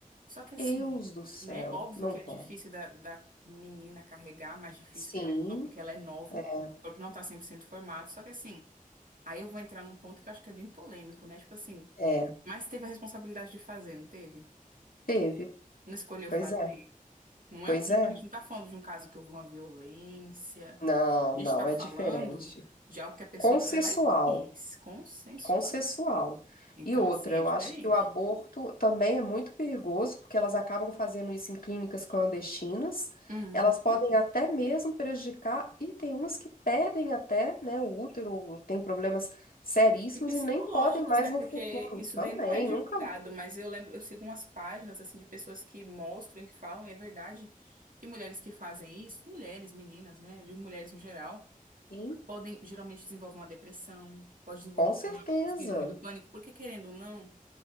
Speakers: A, on the right; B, on the left.
A: Só que assim,
B: Deus do céu,
A: né, óbvio
B: não
A: que
B: pode.
A: é difícil da, da menina carregar, mais difícil,
B: Sim,
A: querendo ou não, porque ela é nova,
B: é,
A: o corpo não tá 100% formado, só que assim, aí eu vou entrar num ponto que eu acho que é bem polêmico, né, tipo assim,
B: é.
A: mas teve a responsabilidade de fazer, não teve?
B: teve.
A: Não escolheu
B: Pois
A: fazer?
B: é,
A: Não
B: pois
A: é um,
B: é.
A: a gente não está falando de um caso que houve uma violência.
B: Não,
A: A gente
B: não,
A: está falando
B: é diferente.
A: de algo que a pessoa
B: Consensual.
A: foi lá e quis, consensual.
B: consensual.
A: Então,
B: E outra,
A: assim, é
B: eu
A: diferente.
B: acho que o aborto também é muito perigoso, porque elas acabam fazendo isso em clínicas clandestinas.
A: Uhum.
B: Elas podem até mesmo prejudicar, e tem umas que perdem até, né, o útero, tem problemas seríssimos
A: E psicológicos,
B: e nem podem mais
A: né? Porque
B: no futuro
A: isso
B: também.
A: daí não é divulgado,
B: Nunca
A: mas eu lembro, eu sigo umas páginas assim de pessoas que mostram e falam, e é verdade que mulheres que fazem isso, mulheres, meninas, né? De mulheres no geral,
B: vi,
A: podem geralmente desenvolver uma depressão, pode desenvolver
B: com certeza.
A: uma síndrome do pânico, porque querendo ou não,